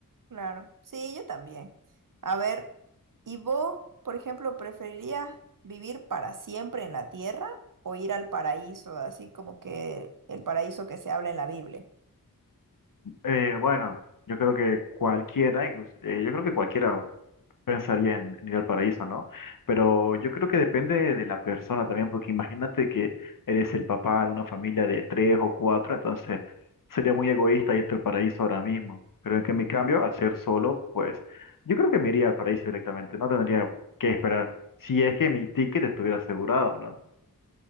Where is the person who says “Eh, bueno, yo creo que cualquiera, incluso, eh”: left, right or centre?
Left